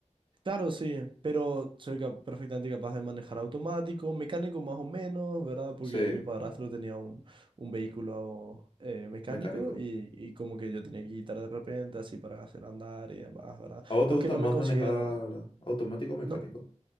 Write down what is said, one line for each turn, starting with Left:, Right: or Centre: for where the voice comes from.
Right: Claro, sí, pero soy cap- perfectamente capaz de manejar automático, mecánico más o menos, ¿verdad? Porque
Left: Sí,
Right: mi padrastro tenía un, un vehículo eh, mecánico
Left: mecánico.
Right: y, y como que yo tenía que quitar de repente así para hacer andar y demás, ¿verdad?
Left: ¿A vos
Right: Aunque
Left: te gusta
Right: no
Left: más
Right: me considero...
Left: manejar automático o mecánico?
Right: No.